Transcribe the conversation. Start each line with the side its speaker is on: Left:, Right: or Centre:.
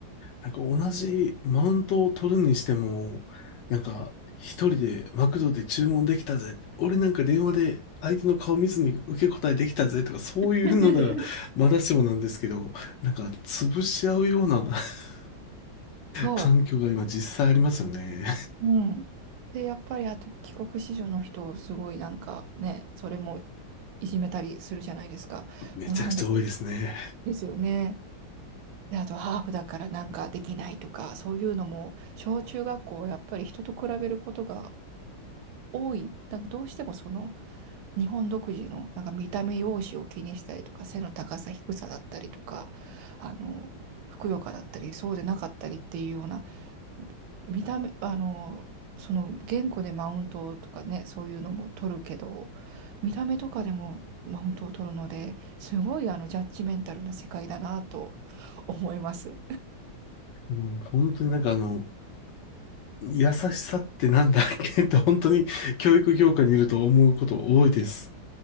Left: なんか同じマウントを取るにしても、なんか一人でマクドで注文できたぜって、俺なんか電話で相手の顔見ずに受け答えできたぜとかそういうのならまだしもなんですけど、
Right: <laughs>
Left: なんか潰し合うような <laughs>
Right: そ
Left: 環境が今実際ありますよね。
Right: う。うん。で、やっぱりあと帰国子女の人をすごいなんかね、それもいじめたりするじゃないですか。
Left: めちゃくちゃ多いですね。
Right: もうなんでこ、ですよね。で、あとハーフだからなんかできないとか、そういうのも、小中学校、やっぱり人と比べることが多い。なんかどうしてもその、日本独自の、なんか見た目容姿を気にしたりとか、背の高さ、低さだったりとか、あの、ふくよかだったり、そうでなかったりっていうような、見た目、あの、その言語でマウントとかね、そういうのも取るけど、見た目とかでもマウントを取るので、すごいあの、ジャッジメンタルな世界だなと思います。
Left: もう本当になんかあの、優しさってなんだっけって本当に教育業界にいると思うこと多いです。